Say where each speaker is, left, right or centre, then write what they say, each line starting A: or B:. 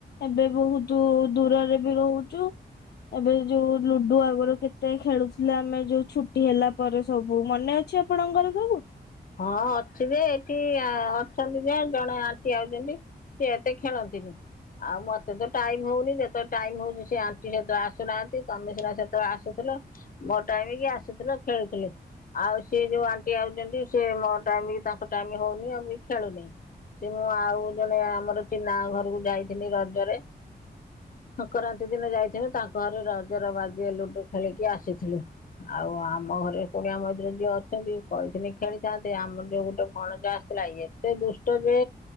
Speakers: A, on the left (about 75°); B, on the left (about 55°).
A: ଏବେ ବହୁତ ଦୂରରେ ବି ରହୁଛୁ। ଏବେ ଯୋଉ ଲୁଡୁ ଆଗରୁ କେତେ ଖେଳୁଥିଲେ ଆମେ ଯୋଉ ଛୁଟି ହେଲା ପରେ ସବୁ ମନେ ଅ ଛି ଆପଣଙ୍କର ସବୁ?
B: ହଁ ଅଛି ଯେ ଏଠି ଅଛନ୍ତି ଯେ ଜଣେ ଆଣ୍ଟୀ ଆଇଛନ୍ତି। ସେ ଏତେ ଖେଳନ୍ତିନି। ଆଉ ମତେତ ଟାଇମ ହଉନି ଯେତେବେଳେ ଟାଇମ ହଉଛି ସେ ଆଣ୍ଟି ସେତେଳ ଆସୁନାହାନ୍ତି ତମେ ସିନା ସେତେବେଳେ ଆସୁଥିଲ। ମୋ ଟାଇମ କି ଆସୁଥିଲ ଖେଳୁଥିଲି ଆଉ ସିଏ ଯୋଉ ଆଣ୍ଟି ଆଉଛନ୍ତି ସେ ମୋ ଟାଇମ କୁ ତାଙ୍କ ଟାଇମ ହଉନି ଆଉ ବି ଖେଳୁନି। ସେ ମୁଁ ଆଉ ଜଣେ ଆମର ଚିନା ଘରକୁ ଯାଇଥିଲି ରଜରେ। ସଂକ୍ରାନ୍ତି ଦିନ ଯାଇଥିନି ତାଙ୍କ ଘରେ ରଜର ବାଜିଏ ଲୁଡୁ ଖେଳିକି ଆସିଥିଲୁ। ଆଉ ଆମ ଘରେ କୁଣିଆ ମଇତର ଯିଏ ଅଛନ୍ତି କହିଥିଲେ ଖେଳିଥାନ୍ତେ ଆମର ଯୋଉ ଗୋଟେ ଭଣଜା ଆସିଥିଲା ଏତେ ଦୁଷ୍ଟ ଯେ